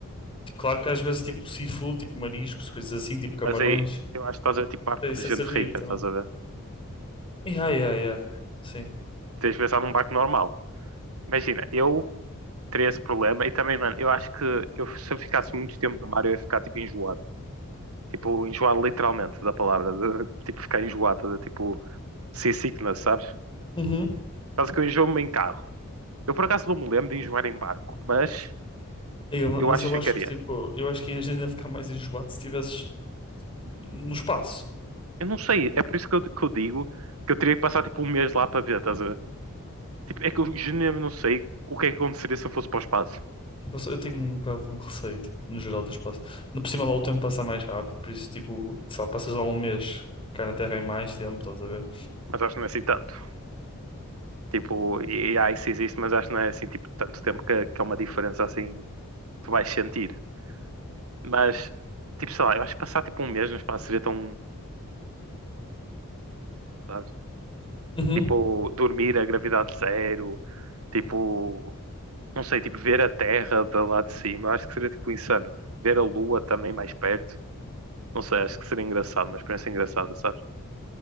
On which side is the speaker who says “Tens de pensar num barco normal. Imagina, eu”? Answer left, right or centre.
Right